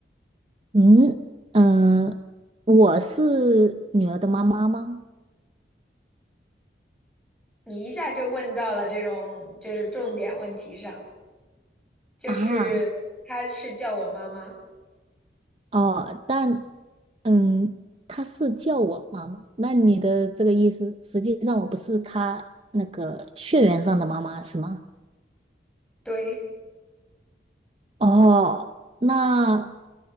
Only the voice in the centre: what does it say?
你一下就问到了这种就是重点问题上。就是他是叫我妈妈，
对，